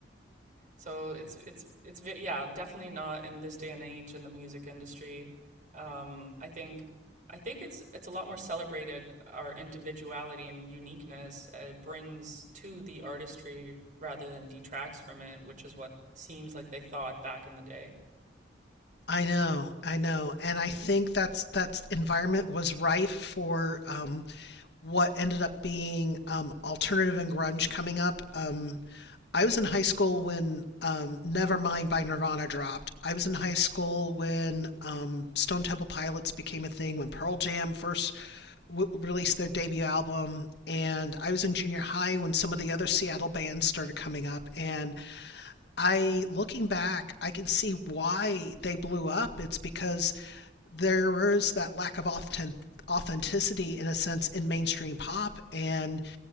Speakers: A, on the right; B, on the left.
A: So it's it's it's yeah, definitely not in this day and age in the music industry. Um, I think I think it's it's a lot more celebrated our individuality and uniqueness uh, brings to the artistry rather than detracts from it, which is what seems like they thought back in the day.
B: I know, I know, and I think that's that's environment was rife for um, what ended up being um, alternative and grunge coming up. Um, I was in high school when um, Nevermind by Nirvana dropped. I was in high school when um, Stone Temple Pilots became a thing, when Pearl Jam first w- released their debut album and I was in junior high when some of the other Seattle bands started coming up and I looking back I can see why they blew up it's because there was that lack of authentic authenticity in a sense in mainstream pop and